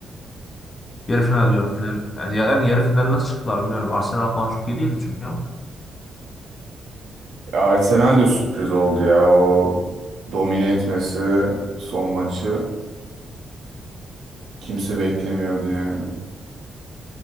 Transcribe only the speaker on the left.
Yarı final
diyor. Final, yani, yani yarı final nasıl çıktılar bilmiyorum. Arsenal falan çok iyi değildi çünkü ama.